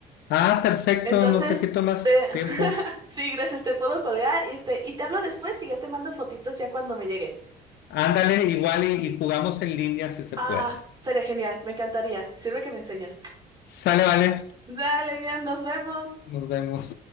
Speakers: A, on the left (about 75°); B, on the right (about 20°).
A: Ah, perfecto,
B: Entonces,
A: no te quito más
B: te... <laughs>
A: tiempo.
B: sí, gracias, te puedo colgar y, este, y te hablo después y ya te mando fotitos ya cuando me llegue.
A: Ándale, igual y, y jugamos en línea si se
B: Ah,
A: puede.
B: sería genial, me encantaría. Sirve que me enseñas.
A: Sale, vale,
B: Sale, Iriam, nos vemos.
A: nos vemos.